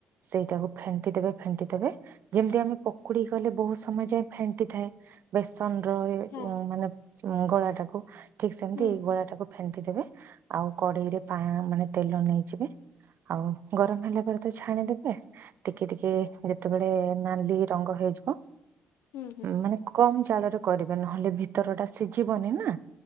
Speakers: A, on the right; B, on the left.
A: ସେଇଟାକୁ ଫେଣ୍ଟି ଦେବେ ଫେଣ୍ଟି ଦେବେ ଯେମିତି ଆମେ ପକୁଡି ଗଲେ ବହୁତ ସମୟ ଯାଏ ଫେଣ୍ଟିଥାଏ। ବେସନର ଏ
B: ହଁ
A: ମାନେ ଗଳାଟାକୁ। ଠିକ ସେମତି
B: ହୁଁ
A: ଏଇ ଗୋଳାଟାକୁ ଫେଣ୍ଟି ଦେବେ ଆଉ କଡେଇରେ ପା ମାନେ ତେଲ ନେଇଯିବେ। ଆଉ ଗରମ ହେଲା ପରେ ତ ଛାଣିଦେବେ, ଟିକେ ଟିକେ ଯେତେବେଳେ ନାଲି ରଙ୍ଗ ହେ ଜିବ
B: ହୁଁ
A: ଉଁ ମାନେ କମ ଜାଳରେ କରିବେ ନହେଲେ ଭିତର ଟା ସିଝିବନି ନା।